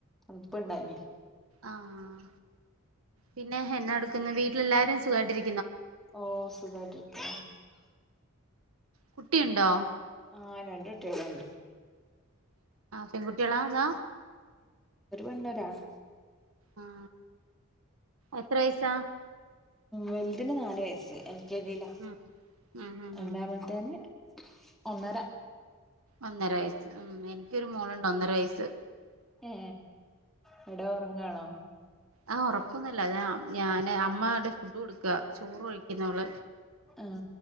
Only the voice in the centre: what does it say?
ണുപ്പുണ്ടായിന്
ഓ സുഖായിട്ടരിക്ക
ആ രണ്ട് കുട്ടിള്ള്ണ്ട്
ഒരു പെണ്ണും ഒരാണും
വെലുതിന് നാല് വയസ്സ് എൽ കെ ജിയില
രണ്ടാമത്തേന്
ഒന്നര
ഏ എവിടെ ഉറങ്ങാണോ
ആ